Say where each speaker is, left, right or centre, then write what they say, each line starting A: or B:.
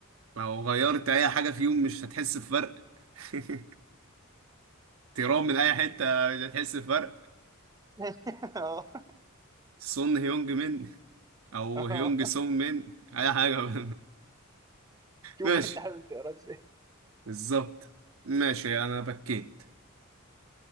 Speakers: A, on the right; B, on the right.
A: لو غيرت اي حاجة فيهم مش هتحس بفرق <laughs> تيرام من اي حته مش هتحس بفرق
B: <laughs> اه
A: سون هيونج من او
B: اه
A: هيونج سون من اي حاجه <laughs>
B: شوف
A: ماشي
B: انت حابب تقرا ازاي
A: بالظبط ماشي انا بكيت